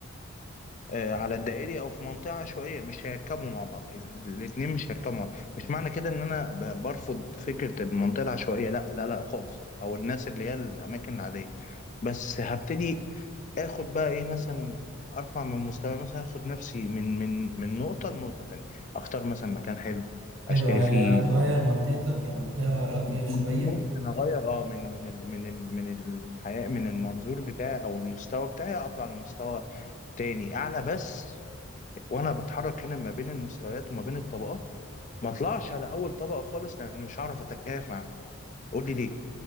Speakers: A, on the left; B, on the right.
A: آه، على الدائري او في منطقه عشوائيه مش هيركبوا مع بعض ال- الاتنين مش هيركبوا مع بعض مش معنى كده ان انا ب- برفض فكره المنطقه العشوائيه لا لا لا خالص او الناس اللي هي الاماكن العاديه بس هبتدي اخد بقى ايه مثلا ارفع من مستوى مثلا اخد نفسي من من من نقطه لنقطه تانية اختار مثلا مكان حلو
B: حلو
A: اشتري
B: يعني
A: فيه
B: هتغير منطقتك لمنطقة راقية شوية
A: ممكن اغير اه من من ال- من ال- من الحياه من المنظور بتاعي او المستوى بتاعي اطلع لمستوى تاني اعلى بس وانا بتحرك هنا ما بين المستويات وما بين الطبقات ما اطلعش على اول طبقه خالص لان مش هعرف اتكيف معاهم قول لي ليه